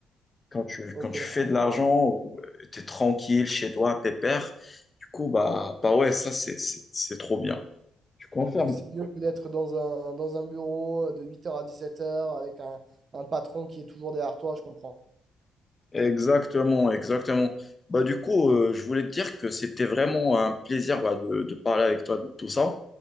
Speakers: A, on the left; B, on the right.
A: quand tu,
B: Ok.
A: quand tu
B: d'accord.
A: fais de l'argent ou tu es tranquille chez toi, pépère, du coup, bah, bah ouais, ça, c'est, c'est, c'est trop bien. Tu confirme.
B: Oui, c'est mieux que d'être dans un, dans un bureau euh, de 8 heures à 17 heures avec un, un patron qui est toujours derrière toi, je comprends.
A: Exactement, exactement. Bah, du coup, euh, je voulais te dire que c'était vraiment un plaisir bah, de, de parler avec toi de tout ça.